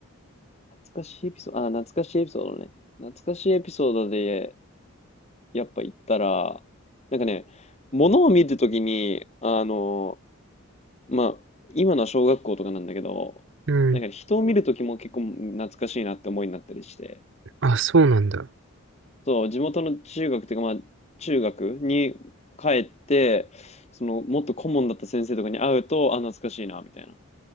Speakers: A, on the left; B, on the right.
A: 懐かしいエピソード、あ、懐かしいエピソードね。懐かしいエピソードで、やっぱ言ったら、なんかね、物を見るときに、あの、まあ、今のは小学校とかなんだけど、
B: うん。
A: なんかね人を見るときも結構懐かしいなって思いになったりして、
B: あ、そうなんだ。
A: そう、地元の中学っていうか、まあ、中学に帰って、その、もっと顧問だった先生とかに会うと、あ、懐かしいな、みたいな。